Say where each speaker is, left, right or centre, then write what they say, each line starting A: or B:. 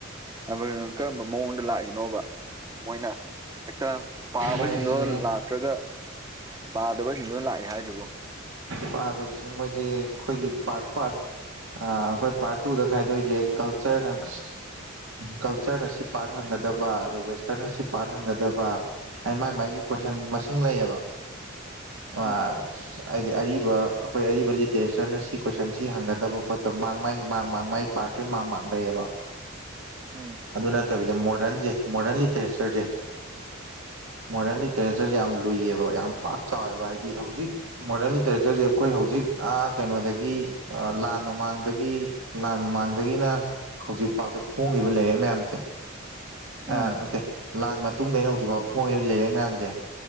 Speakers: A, on the right (about 15°); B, on the right (about 70°).
A: ꯍꯥꯏ ꯀꯔꯝꯕ ꯃꯑꯣꯡꯗ ꯂꯥꯛꯏꯅꯣꯕ ꯃꯣꯏꯅ ꯍꯦꯛꯇ ꯄꯥꯕꯁꯤꯡꯗꯣ
B: ꯃꯣꯏꯁꯦ
A: ꯂꯥꯛꯇ꯭ꯔꯒ ꯄꯥꯗꯕꯁꯤꯡꯗꯣ ꯂꯥꯛꯑꯦ ꯍꯥꯏꯗꯨꯕꯨ
B: ꯄꯥꯗꯕꯁꯦ ꯃꯣꯏꯁꯦ ꯑꯩꯈꯣꯏꯒꯤ ꯄꯥꯔꯠ ꯄꯥꯔꯠ ꯑꯩꯈꯣꯏ ꯄꯥꯔꯠ ꯇꯨꯗ ꯈꯥꯏꯗꯣꯛꯏꯁꯦ ꯀꯜꯆꯔꯅ ꯀꯜꯆꯔꯅ ꯑꯁꯤ ꯄꯥꯔꯠ ꯍꯪꯒꯗꯕ ꯑ ꯋꯦꯁꯇꯔꯟ ꯑꯁꯤ ꯄꯥꯔꯠ ꯍꯟꯒꯗꯕ ꯍꯥꯏꯗꯤ ꯃꯥꯥꯏ ꯃꯥꯒꯤ ꯀꯣꯏꯁꯟ
A: ꯎꯝ
B: ꯃꯁꯤꯡ ꯂꯩꯌꯦꯕ ꯑ
A: ꯎꯝ
B: ꯍꯥꯏꯗꯤ ꯑꯔꯤꯕ ꯑꯩꯈꯣꯏ ꯑꯔꯤꯕ ꯂꯤꯇꯔꯦꯆꯔꯅ ꯁꯤ ꯀꯣꯏꯁꯟ ꯁꯤ ꯍꯪꯒꯗꯕ ꯈꯣꯠꯇꯕ ꯃꯥꯡ ꯃꯥꯏ ꯃꯥꯡ ꯃꯥꯡ ꯃꯥꯏ ꯄꯥꯔꯠꯨꯣꯏ ꯃꯥꯡ ꯃꯥꯡꯥꯛꯅꯩꯑꯕ
A: <inaudible> ꯎꯝ
B: ꯑꯗꯨ ꯅꯠꯇꯕꯤꯗ ꯃꯣꯗꯔꯟꯁꯦ ꯃꯣꯗꯔꯟ ꯂꯤꯇꯔꯦꯆꯔꯁꯦ ꯃꯣꯗꯔꯟ ꯂꯤꯇꯔꯦꯆꯔꯁꯦ ꯌꯥꯝ ꯂꯨꯏꯑꯕ ꯌꯥꯝ ꯄꯥꯛ ꯆꯥꯎꯋꯦꯕ ꯍꯥꯏꯗꯤ ꯍꯧꯖꯤꯛ ꯃꯣꯗꯔꯟ ꯂꯤꯇꯔꯦꯆꯔꯁꯦ ꯑꯩꯈꯣꯏ ꯍꯧꯖꯤꯛ ꯀꯩꯅꯣꯗꯒꯤ ꯂꯥꯟ ꯃꯃꯥꯡꯗꯒꯤ ꯂꯥꯟ ꯃꯥꯡꯗꯒꯤꯅ ꯍꯧꯖꯤꯛ ꯐꯥꯎꯇ ꯐꯣꯡꯉꯕ ꯂꯥꯏꯔꯤꯛ ꯃꯌꯥꯝꯁꯦ
A: ꯎꯝ
B: ꯑ ꯅꯠꯇꯦ ꯂꯥꯟ ꯃꯇꯨꯡꯗꯩꯅ ꯍꯧꯖꯤꯛꯐꯥꯎ ꯃꯨꯡ ꯂꯩꯔꯦ ꯃꯌꯥꯝꯁꯦ